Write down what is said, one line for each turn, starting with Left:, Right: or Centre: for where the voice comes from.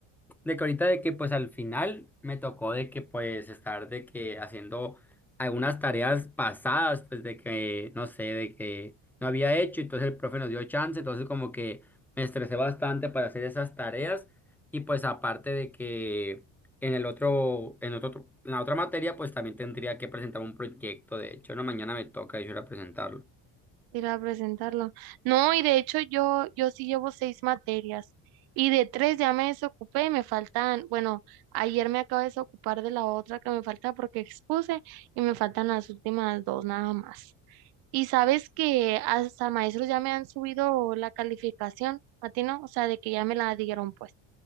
Centre: de que ahorita de que pues al final me tocó de que pues estar de que haciendo algunas tareas pasadas, pues de que no sé, de que no había hecho, entonces el profe nos dio chance, entonces como que me estresé bastante para hacer esas tareas y pues aparte de que en el otro, en otro, en la otra materia pues también tendría que presentar un proyecto, de hecho, no, mañana me toca yo ir a presentarlo.
Right: ir a presentarlo. No, y de hecho yo, yo sí llevo seis materias y de tres ya me desocupé, me faltan, bueno, ayer me acabo de desocupar de la otra que me falta porque expuse y me faltan las últimas dos nada más. Y sabes que hasta maestros ya me han subido la calificación, a ti no, o sea, de que ya me la dieron pues.